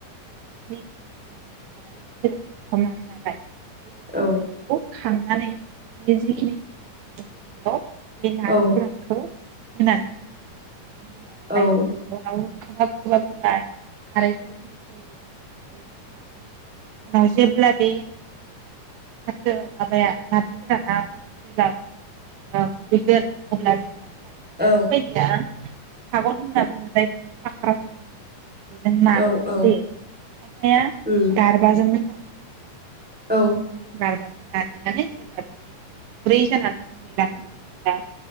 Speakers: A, on the right; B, in the centre.
A: जिखिनि जोङो सारायाव बेदर एवफ्रामनानै लाबाय बे एवफ्रानायखौ
B: औ
A: खांनानै बे जिखिनि थाव आग्लायनाय बेयाव बे नारजि
B: औ
A: गोरानखौ होनानै होयो आरो बिनि उनावहाय
B: औ
A: उनाव खोबहाब खोबहाब होबाय खारैखौ होनाय जायो खारैखौ होनानै उनाव जेब्ला बे फाथो माबाया नारजि गोराना जेब्ला ओ रूयगोन अब्ला जों मा खालामो खायसे
B: औ
A: बायदिया सागन होनना बुङो जायखौ जों फाक्रासबो बुङो बेजों नाग्लिनाय
B: औ औ
A: जायो खायफाया
B: उम
A: गारबाजोंनो ना
B: औ
A: गारबाजों नाग्लिनानै जेब्ला बियो गुरै जानानै रूयलाङो अब्ला